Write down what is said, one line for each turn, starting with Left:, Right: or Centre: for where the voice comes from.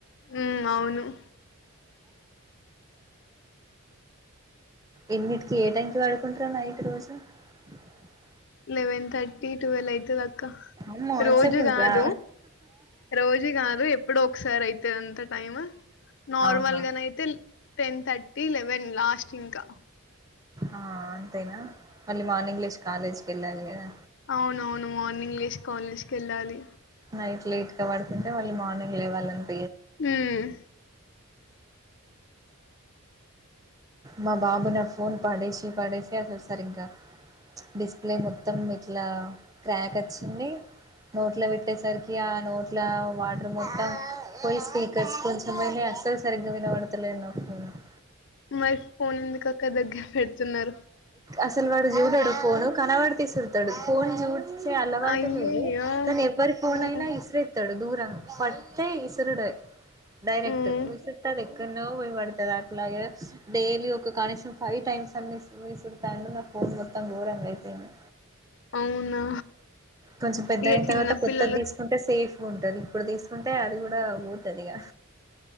Left: ఉమ్, అవును
Right: ఎన్నిటికి ఏ టైకి వాడుకుంటారో నైట్ రోజు <inaudible>
Left: లెవెన్ థర్టీ ట్వెల్వ్ అయితే దక్క
Right: అమ్మో అంతసేపు
Left: రోజు
Right: ఉంటరా
Left: కాదు రోజు కాదు ఎప్పుడు ఒకసారి అయితే అంత టైం నార్మల్
Right: ఆహా
Left: గానయితే టెన్ థర్టీ లెవెన్ లాస్ట్ ఇంకా
Right: ఆ అంతేనా మళ్ళీ మార్నింగ్లీష్ కాలేజీకి వెళ్ళాలి కదా
Left: అవున అవును మార్నింగ్ంగ్లీష్ కాలేజ్కి వెళ్ళాలి
Right: నైట్ లేట్గా పడుతుంటే వాళ్ళు మార్నింగ్ లేవాలంట
Left: మ్మ్
Right: మా బాబు నా ఫోన్ పడేసి పడేసి అసలు సరి్గా డిస్ప్లే మొత్తం ఇట్లా క్రాక్ వచ్చింది నోట్ల పెట్టేసరికి ఆ నోట్ల వాటర్ మొత్తం పోయి స్పీకర్స్ కొంచెంమ అసలు సరిగ్గా వినబడతలేన్న ఫోన్ <inaudible>
Left: మరి ఫోన్ ఎందుకక్క దగ్గర పెడుతున్నారు
Right: అసలు వాడు చూడడు ఫోను కనవాడి తీసుళ్తాడు ఫోన్ చూ చ్చే అలవాటు
Left: అయ్యయ్యో
Right: లేదు కానీ ఎవ్వరి ఫోన్
Left: మ్మ్
Right: అయినా ఇస్రే డు దూర పట్టే ఇసురుడు డైరెక్ట్
Left: మ్మ్
Right: ఉసుతా క్క పోయపడుతుది అట్లాగే డైలీ ఒక కనీసం ఫైవ్ టైమ్స్ అన్నిీ విసుడతాండు నా ఫోన్ మొత్తం ోరంగా అయిపోయింది
Left: అవునా
Right: కొంచెం పెద్ద
Left: ఇగ
Right: అయిన
Left: చిన్న
Right: తర్వాత కొత్తది
Left: పిల్లలు
Right: తీసుకుంటే సేఫ్ గుండదిప ప్రదేశని అంతే అది కూడా పోతుదిగా